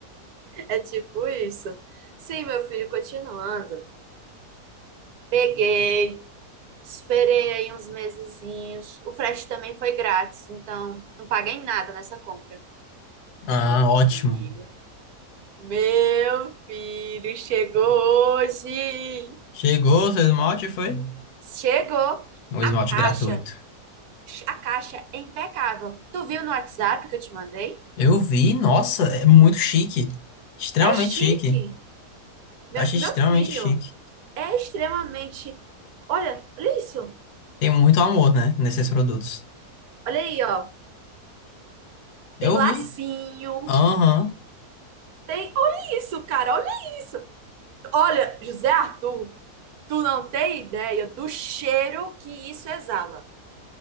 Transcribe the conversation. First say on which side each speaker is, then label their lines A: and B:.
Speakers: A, on the right; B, on the left.
A: é tipo isso. Sim, meu filho, continuando. Peguei, esperei aí uns mesezinhos. O frete também foi grátis, então não paguei nada nessa compra.
B: Ah,
A: Meu
B: ótimo.
A: filho, meu filho, chegou hoje.
B: Chegou o seu esmalte, foi?
A: Chegou
B: Um esmalte
A: a caixa.
B: gratuito.
A: A caixa é impecável. Tu viu no WhatsApp que eu te mandei?
B: Eu vi, nossa, é muito chique. Extremamente
A: É chique.
B: chique.
A: Meu,
B: Achei
A: meu
B: extremamente
A: filho
B: chique.
A: é extremamente. Olha, olha isso.
B: Tem muito amor, né, nesses produtos.
A: Olha aí, ó.
B: Eu
A: Tem lacinho.
B: vi. Aham.
A: Tem. Olha isso, cara. Olha isso. Olha, José Arthur, tu não tem ideia do cheiro que isso exala.